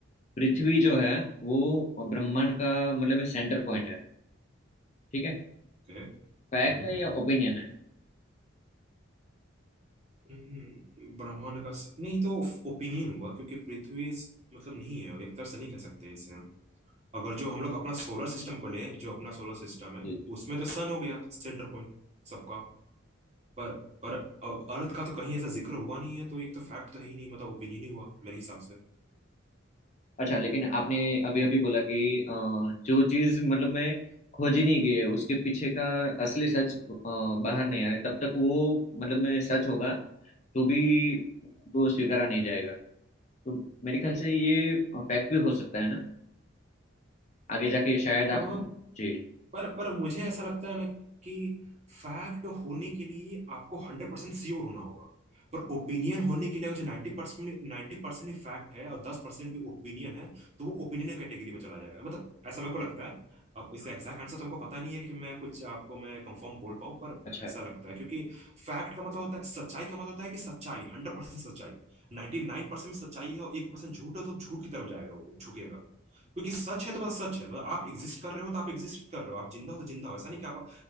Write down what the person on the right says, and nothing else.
ओके
हम्म
हम्म, ब्रह्मांड का स... नहीं तो ओपिनियन हुआ क्योंकि पृथ्वी इस- मतलब नहीं है एक तरह से नहीं कह सकते इसे हम अगर जो हम लोग अपना सोलर सिस्टम को ले जो अपना सोलर सिस्टम है
उसमें तो सन हो गया सेंटर पॉइंट सबका पर पर अ- अर्थ का तो कहीं ऐसा जिक्र हुआ नहीं है तो एक तो फैक्ट तो है ही नहीं मतलब ओपिनियन ही हुआ मेरे हिसाब से
हम्म
पर पर मुझे ऐसा लगता है ना कि फैक्ट होने के लिए आपको हंड्रेड परसेंट श्योर होना होगा पर ओपिनियन होने के लिए अगर जो नाइन्टी परसेंट नाइन्टी परसेंट ही फैक्ट है और दस परसेंट भी ओपिनियन है तो वो ओपिनियन कैटेगरी में चला जाएगा मतलब ऐसा मेरे को लगता है अब इसका एग्जैक्ट आंसर तो आपको पता नहीं है कि मैं कुछ आपको मैं कंफर्म बोल पाऊं पर
ऐसा लगता है क्योंकि फैक्ट का मतलब होता है सच्चाई का मतलब होता है कि सच्चाई हंड्रेड परसेंट सच्चाई नाइन्टी नाइन परसेंट में सच्चाई है और एक परसेंट झूठ है तो झूठ की तरफ जाएगा वो झुकेगा क्योंकि सच है तो मतलब सच है मतलब आप एग्जिस्ट कर रहे हो तो आप एग्जिस्ट कर रहे हो आप जिंदा हो तो जिंदा हो ऐसा नहीं कि आप